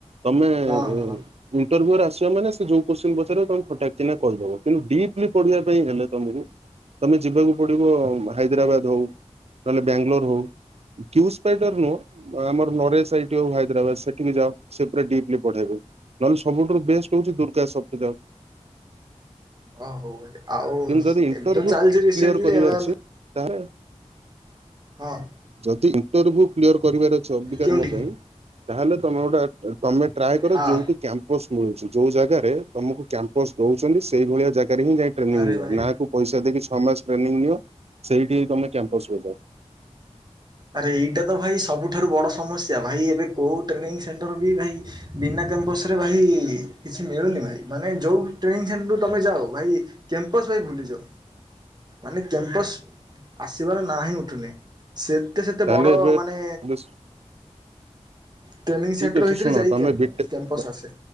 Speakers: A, on the right (about 60°); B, on the right (about 35°).
A: ତମେ ଏ
B: ହଁ
A: ଏ
B: ହଁ ହଁ
A: ଇଣ୍ଟରଭ୍ୟୁରେ ଆସିବାମାନେ ସେ ଯୋଉ କୋତ୍ସିନ ପଚାରିବ ତମେ ଫଟାକ କିନା କହିଦବ। କିନ୍ତୁ ଡିପ୍ଲି ପଢିବା ପାଇଁ ହେଲେ ତମକୁ ତମେ ଯିବାକୁ ପଡିବ ହାଇଦ୍ରାବାଦ ହଉ ନହେଲେ ବ୍ୟାଙ୍ଗଲୋର ହଉ କ୍ୟୁ ସ୍ପାଇଟର ନୁହଁ ଆମର ନରେସ ଆଇ ଟି ଆଉ ହାଇଦ୍ରାବାଦ ସେଠିକି ଯାଅ ସେ ପୁରା ଡିପ୍ଲି ପଢେଇବେ। ନହେଲେ ସବୁଠାରୁ ବେଷ୍ଟ ହୋଉଛି ଦୁର୍ଗା <unintelligible> କୁ ଯାଅ।
B: ଓ ହଉ ଆଉ
A: କିନ୍ତୁ
B: ଏ
A: ଯଦି ଇଣ୍ଟରଭ୍ୟୁ
B: ଏ ତ ଚାଲଛି ରିସେଣ୍ଟଲି
A: କ୍ଲିୟର କରିବାର
B: ଆ
A: ଅଛି ତାହେଲେ
B: ହଁ
A: ଯଦି ଇଣ୍ଟର୍ଭୀୟୁ କ୍ଲିୟର କରିବାର ଅଛି ଅବିକା
B: କେଉଁଠି
A: ତମ ପାଇଁ ତାହେଲେ ତମେ ଗୋଟେ ତମେ ଟ୍ରାଏ କର
B: ହଁ
A: ଯୋଉଠି କ୍ୟାମ୍ପସ୍ ମିଳୁଛି ଯୋଉ ଜାଗାରେ ତମକୁ କ୍ୟାମ୍ପସ ଦୋଉଛନ୍ତି ସେଇ ଭଳିଆ ଜାଗାରେ ହିଁ ଯାଇକି ଟ୍ରେନିଂ
B: ଆରେ
A: ନିଅ
B: ଭାଇ
A: ନାକୁ ପଇସା ଦେଇକି ଛଅ ମାସ ଟ୍ରେନିଂ ନିଅ ସେଇଠି ତମେ କ୍ୟାମ୍ପସ ରେ ଯାଅ।
B: ଆରେ ଏଇଟା ତ ଭାଇ ସବୁଠାରୁ ବଡ଼ ସମସ୍ୟା ଭାଇ ଏବେ କୋଉ ଟ୍ରେନିଂ ସେଣ୍ଟର ବି ଭାଇ ବିନା କ୍ୟାମ୍ପସରେ ଭାଇ କିଛି ମିଳୁନି ଭାଇ ମାନେ ଯେଉଁ ଟ୍ରେନ ସେଣ୍ଟରକୁ ତମେ ଯାଅ ଭାଇ କ୍ୟାମ୍ପସ ଭାଇ ଭୁଲିଯାଅ। ମାନେ କ୍ୟାମ୍ପସ୍ ଆସିବାର ନାଁ ହିଁ ଉଠୁନି ସେ ଏତେ ସେତେ
A: ତାହେଲେ
B: ବଡ
A: ଏବେ
B: ମାନେ
A: ଏବେ
B: ଟ୍ରେନିଂ ସେଣ୍ଟର
A: ଠିକ ଅଚ୍ଛି
B: ହେଇଥିଲେ
A: ଶୁଣ
B: ଯାଇ
A: ତମେ ବିଟେକ
B: କ୍ୟାମ୍ପସ୍ ଆସେ